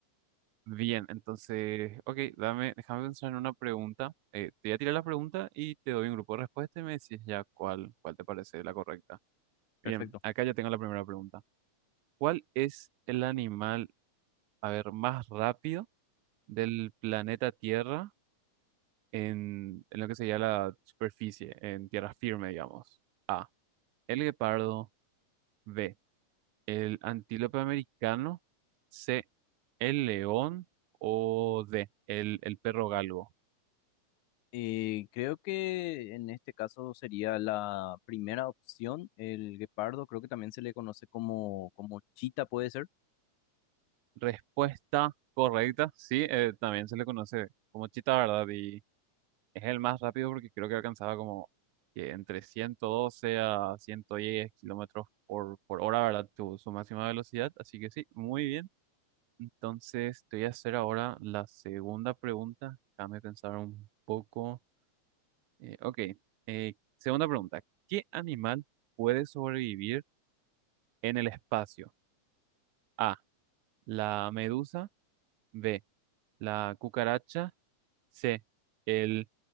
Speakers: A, on the right; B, on the left.
A: Bien, entonces, ok, dame, déjame pensar en una pregunta. Eh, te voy a tirar la pregunta y te doy un grupo de respuestas y me decís ya cuál, cuál te parece la correcta.
B: perfecto.
A: Bien, acá ya tengo la primera pregunta. ¿Cuál es el animal, a ver, más rápido del planeta Tierra? en, en lo que sería la superficie, en tierra firme, digamos. A. El guepardo. B. El antílope americano. C. El león. O D. El, el perro galgo.
B: Eh, creo que en este caso sería la primera opción, el guepardo, creo que también se le conoce como, como chita, puede ser.
A: Respuesta correcta. Sí, eh, también se le conoce como chita, ¿verdad? Y es el más rápido porque creo que alcanzaba como que entre 112 a 110 kilómetros por, por hora, ¿verdad? Tu- su máxima velocidad. Así que sí, muy bien. Entonces, te voy a hacer ahora la segunda pregunta. Déjame pensar un poco. Eh, ok, eh, segunda pregunta. ¿Qué animal puede sobrevivir en el espacio? A, la medusa. B, la cucaracha. C, el